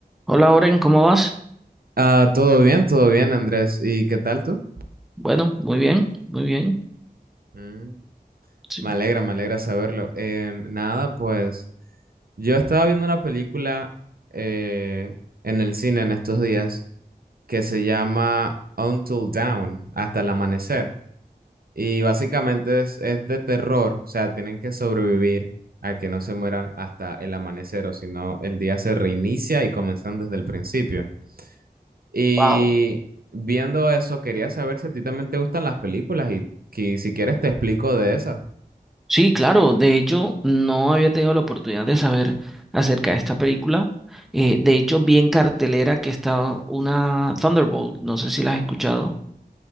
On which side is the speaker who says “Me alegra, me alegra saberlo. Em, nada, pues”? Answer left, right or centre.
Right